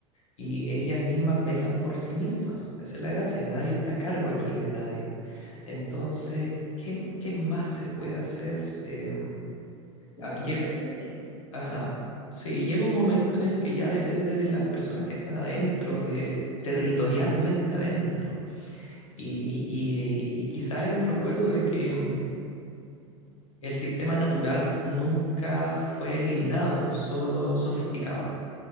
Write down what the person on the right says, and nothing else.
Ya,
no
lo hicieron increíble,
sí, es verdad.